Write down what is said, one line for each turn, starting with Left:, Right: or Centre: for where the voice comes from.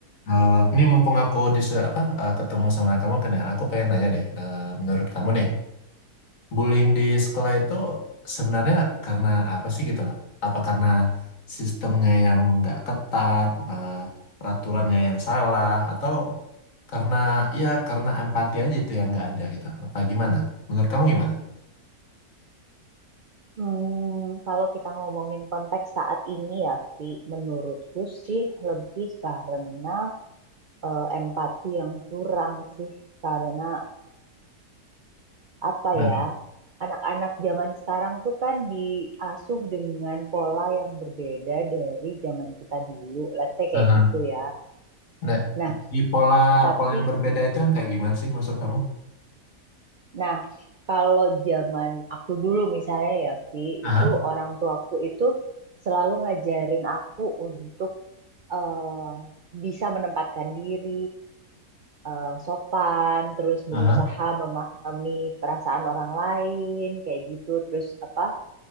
Left: eh, ini mumpung aku di se- apa eh, ketemu sama kamu kan ya, aku pengen nanya deh, eh, menurut kamu nih. bullying di sekolah itu sebenarnya karena apa sih gitu loh? Apa karena sistemnya yang nggak ketat, eh, peraturannya yang salah, atau karena ya karena empati aja itu yang nggak ada gitu? Apa gimana? Menurut kamu gimana?
Right: Hmm, kalau kita ngomongin konteks saat ini ya, Fi, menurutku sih lebih karena eh, empati yang kurang sih, karena apa
Left: Kenapa?
Right: ya, anak-anak zaman sekarang tuh kan diasuh dengan pola yang berbeda dari zaman kita dulu. Let's say kayak
Left: Aha.
Right: gitu ya.
Left: Nah,
Right: Nah,
Left: di pola
Right: tapi
Left: pola yang berbeda itu yang kayak gimana sih maksud kamu?
Right: nah kalau zaman aku dulu misalnya ya, Vi,
Left: Aha,
Right: itu orang tuaku itu selalu ngajarin aku untuk eh, bisa menempatkan diri, eh, sopan, terus
Left: aha.
Right: berusaha memahami perasaan orang lain, kayak gitu, terus apa?